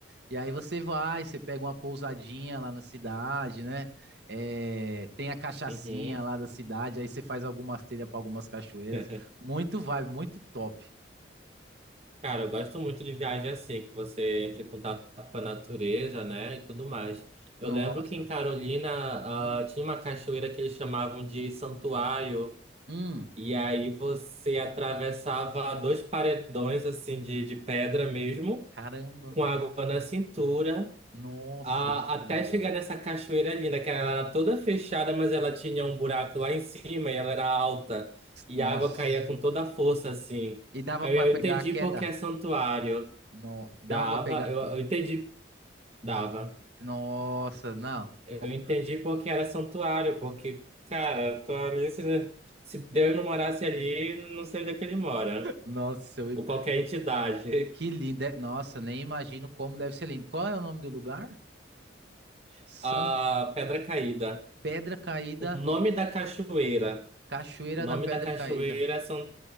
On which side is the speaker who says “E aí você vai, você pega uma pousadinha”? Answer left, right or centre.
Right